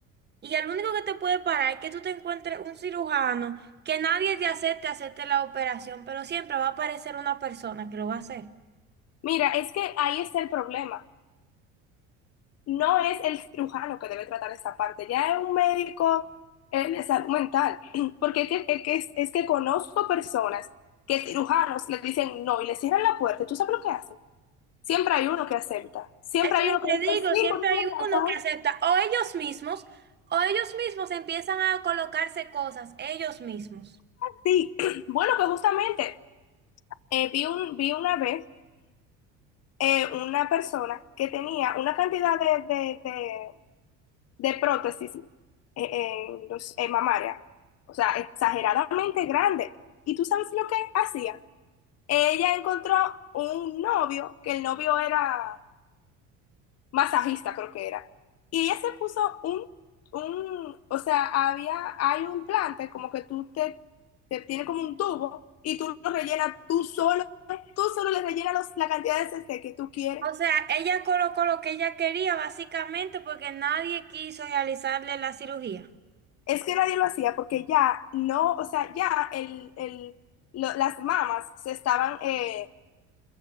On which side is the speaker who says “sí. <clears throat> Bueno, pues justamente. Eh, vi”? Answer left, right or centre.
Left